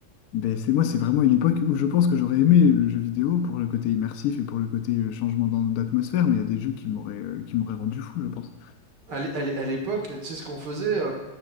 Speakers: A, on the left; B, on the right.
A: ben, c'est moi, c'est vraiment une époque où je pense que j'aurais aimé le jeu vidéo pour le côté immersif et pour le côté euh, changement d'an- d'atmosphère, mais il y a des jeux qui m'auraient euh, qui m'auraient rendu fou, je pense.
B: À l'é- à l'é- à l'époque, tu sais ce qu'on faisait, euh,